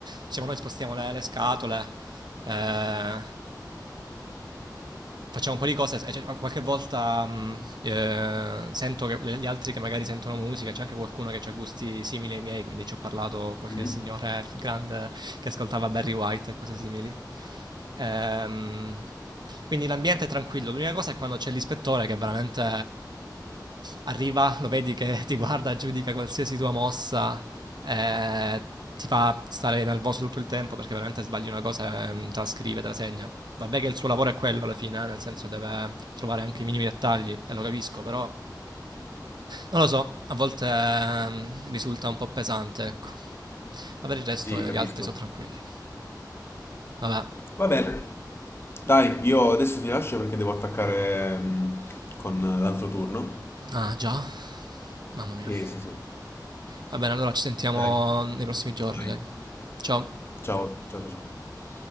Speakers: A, on the right; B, on the left.
A: diciamo, noi spostiamo le, le scatole, eh, facciamo un po' di cose, cioè, qualche volta mh, eh, sento che le- gli altri che magari sentono musica, c'è anche qualcuno che ha gusti simili ai miei, quindi ci ho parlato qualche
B: Mhm.
A: signore grande che ascoltava Barry White e cose simili. Ehm, quindi l'ambiente è tranquillo, l'unica cosa è quando c'è l'ispettore che veramente arriva, lo vedi che <laughs> ti guarda, giudica qualsiasi tua mossa, eh, ti fa stare nervoso tutto il tempo perché veramente sbagli una cosa, ehm, te la scrive, te la segna. Vabbè che il suo lavoro è quello alla fine, eh, nel senso deve trovare anche i minimi dettagli, e lo capisco, però non lo so, a volte ehm, risulta un po' pesante, ecco. Ma per il resto
B: Sì,
A: io-
B: capisco.
A: gli altri sono tranquilli. Vabbè,
B: Va bene. Dai, io adesso ti lascio perché devo attaccare mm, con l'altro turno.
A: ah già, mamma mia.
B: Sì, sì, sì.
A: Va bene, allora ci sentiamo
B: Dai,
A: nei prossimi giorni,
B: vai.
A: dai. Ciao.
B: Ciao, ciao, ciao. ciao.